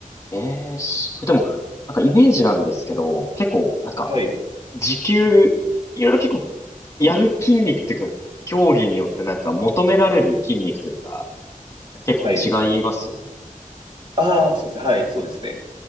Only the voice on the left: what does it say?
ええ、すこれでも、なんかイメージなんですけど、結構、なんか、
時給、いろいろ結構、やる筋肉っていうか、競技によってなんか求められる筋肉というか、結構違いますよね。